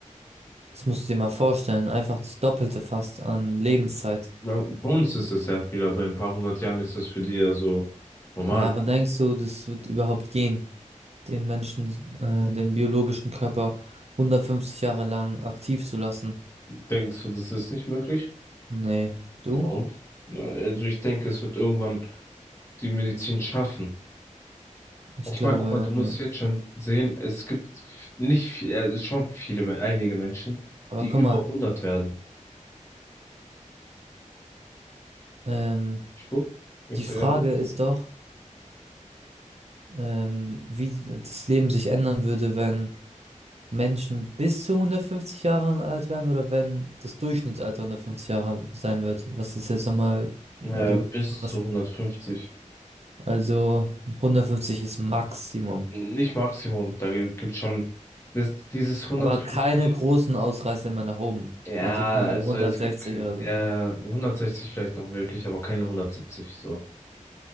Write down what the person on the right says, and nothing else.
Das musst du dir mal vorstellen. Einfach das Doppelte fast an Lebenszeit.
Ja, aber denkst du, das wird überhaupt gehen, den Menschen, äh, den biologischen Körper 150 Jahre lang aktiv zu lassen?
Nee, du?
Ich
glaube,
äh,
aber
guck
mal,
ähm,
die Frage
ist doch, ähm, wie das Leben sich ändern würde, wenn Menschen bis zu 150 Jahren alt wären oder wenn das Durchschnittsalter 150 Jahre sein wird. Was ist jetzt nochmal,
also,
was,
also 150 ist Maximum.
Aber keine großen Ausreißer mehr nach oben.
Also keine
Ja, 160
oder so.